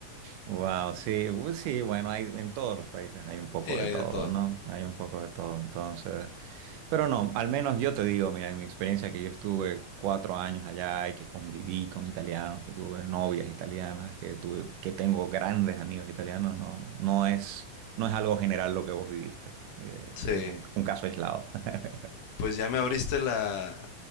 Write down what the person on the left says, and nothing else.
Y
hay
de todo.
Sí,
pues ya me abriste la,